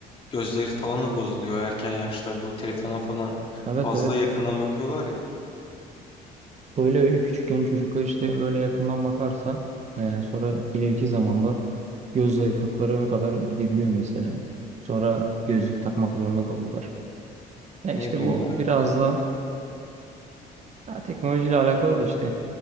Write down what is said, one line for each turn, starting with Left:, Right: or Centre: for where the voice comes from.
Left: Gözleri falan da bozuluyor erken yaşta bu telefona falan
Right: evet
Left: fazla
Right: evet.
Left: yakından bakıyorlar ya.
Right: Öyle öyle küçükken çocuklar işte böyle yakından bakarsa e, sonra ileriki zamanda göz zayıflıklarına kadar gidebiliyor mesela. Sonra gözlük takmak zorunda kalıyorlar. Ya işte
Left: Ne bileyim
Right: bu
Left: ya.
Right: biraz da ya teknolojiyle alakalı da işte.